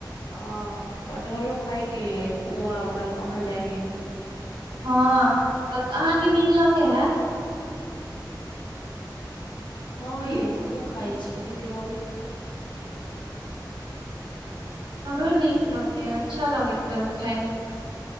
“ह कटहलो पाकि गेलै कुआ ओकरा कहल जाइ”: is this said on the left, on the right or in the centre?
Left